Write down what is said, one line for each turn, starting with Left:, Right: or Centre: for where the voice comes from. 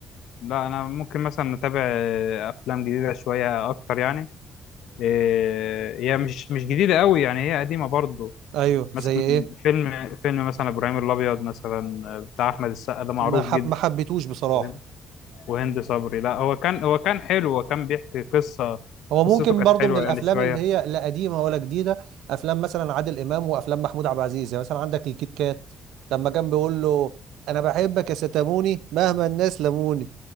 Left: لا انا ممكن مثلا اتابع افلام جديده شويه اكتر يعني إيه، هي مش مش جديده قوي يعني هي قديمه برضو
Right: ايوه
Left: مثلا
Right: زي ايه
Left: فيلم فيلم مثلا ابراهيم الابيض مثلا بتاع احمد السقا ده معروف
Right: ما حب...
Left: جدا
Right: ما حبيتوش بصراحه
Left: وهند وهند صبري لا هو كان هو كان حلو هو كان بيحكي قصه
Right: هو
Left: قصته
Right: ممكن
Left: كانت
Right: برضو
Left: حلوه
Right: من الافلام
Left: يعني شويه
Right: اللي هي لا قديمه ولا جديده افلام مثلا عادل امام وافلام محمود عبد العزيز يعني مثلا عندك الكيت كات لما كان بيقول له انا بحبك يا ستاموني مهما الناس لموني